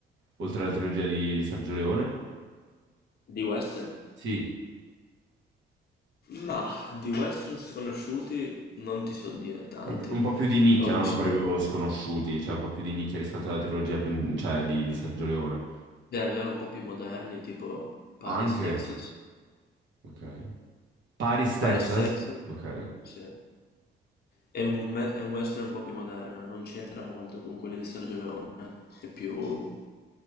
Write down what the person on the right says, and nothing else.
oltre alla trilogia di, di Sergio Leone?
Sì,
un po' più un po' più di nicchia,
no? Non proprio sconosciuti, cioè un po' più di nicchia rispetto alla trilogia prin- cioè, di, di Sergio Leone.
Anche,
ok. Paris, Texas?
Ok,